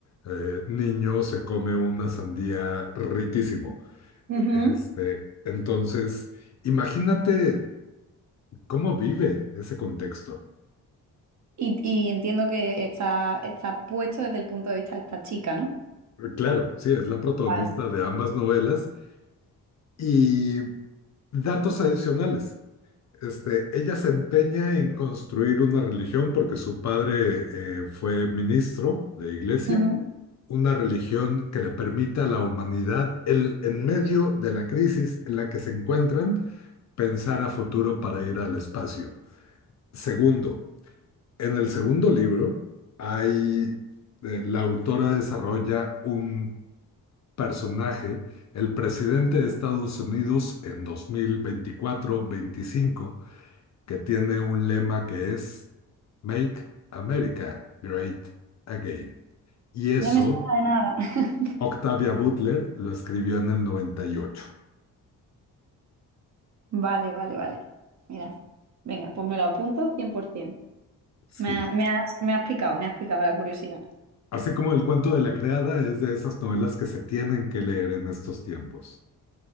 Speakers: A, on the left (about 40°); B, on the right (about 40°).
A: eh, niño se come una sandía riquísimo.
B: ujú.
A: Este, entonces, imagínate ¿Cómo vive ese contexto?
B: Y, y entiendo que está, está puesto desde el punto de vista de esta chica, ¿no?
A: Eh, Claro, sí, es la protagonista
B: Vale.
A: de ambas novelas y datos adicionales. Este, ella se empeña en construir una religión porque su padre eh, fue ministro de iglesia,
B: Ujú.
A: una religión que le permita a la humanidad, el, en medio de la crisis en la que se encuentran, pensar a futuro para ir al espacio. Segundo, en el segundo libro hay eh, la autora desarrolla un personaje, el presidente de Estados Unidos en dos mil veinticuatro veinticinco, que tiene un lema que es Make America Great Again. Y eso,
B: No me suena de nada. <laughs>
A: Octavia Butler lo escribió en el 98.
B: Vale, vale, vale. Mira, venga, pues me lo apunto 100%.
A: Sí.
B: Me, ha- me has, me has picado, me has picado la curiosidad.
A: Así como el cuento de la creada es de esas novelas que se tienen que leer en estos tiempos.